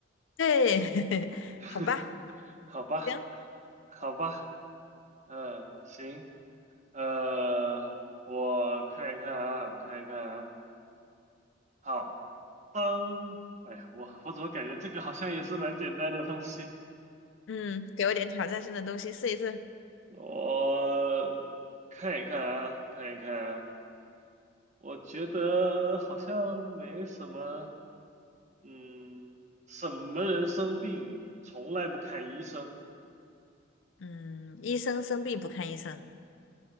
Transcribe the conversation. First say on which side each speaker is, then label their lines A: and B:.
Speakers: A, on the left (about 70°); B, on the right (about 40°).
A: 对，<laughs>
B: <laughs>
A: 好吧，
B: 好吧，
A: 行，
B: 好吧，嗯，行，呃，我看一看啊，我看一看啊。好，当，哎呀，我我怎么感觉这个好像也是蛮简单的东西？
A: 嗯，给我点挑战性的东西试一试。
B: 我看一看啊，看一看啊，我觉得好像没什么，嗯，什么人生病从来不看医生？
A: 嗯，医生生病不看医生，